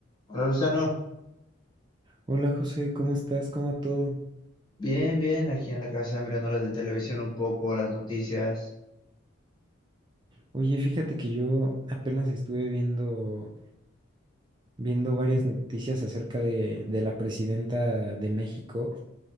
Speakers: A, on the left; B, on the right.
A: Hola Luciano,
B: Hola José, ¿cómo estás? ¿Cómo va todo?
A: bien, bien, aquí en la casa mirando las de televisión un poco, las noticias.
B: Oye, fíjate que yo apenas estuve viendo, viendo varias noticias acerca de, de la presidenta de México